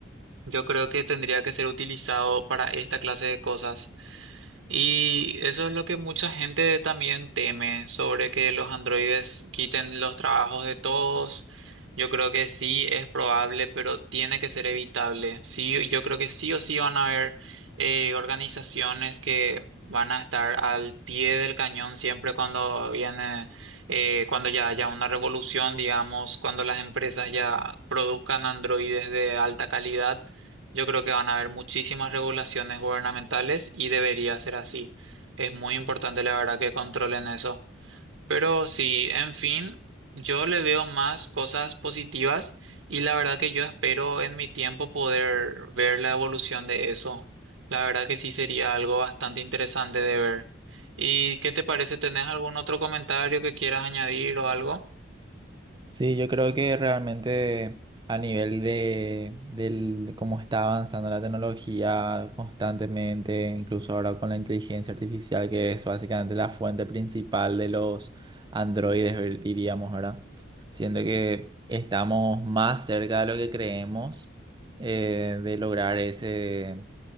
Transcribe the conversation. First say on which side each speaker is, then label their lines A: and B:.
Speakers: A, on the right; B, on the right.
A: yo creo que tendría que ser utilizado para esta clase de cosas. Y eso es lo que mucha gente también teme sobre que los androides quiten los trabajos de todos. Yo creo que sí es probable, pero tiene que ser evitable. Sí, yo creo que sí o sí van a haber eh, organizaciones que van a estar al pie del cañón siempre cuando viene, eh, cuando ya haya una revolución, digamos, cuando las empresas ya produzcan androides de alta calidad yo creo que van a haber muchísimas regulaciones gubernamentales y debería ser así. Es muy importante, la verdad, que controlen eso. Pero sí, en fin, yo le veo más cosas positivas y la verdad que yo espero en mi tiempo poder ver la evolución de eso. La verdad que sí sería algo bastante interesante de ver. ¿Y qué te parece? ¿Tenés algún otro comentario que quieras añadir o algo?
B: Sí, yo creo que realmente a nivel de, del- de cómo está avanzando la tecnología constantemente, incluso ahora con la inteligencia artificial, que es básicamente la fuente principal de los androides, ver- diríamos, ¿verdad? Siento que estamos más cerca de lo que creemos eh, de lograr ese,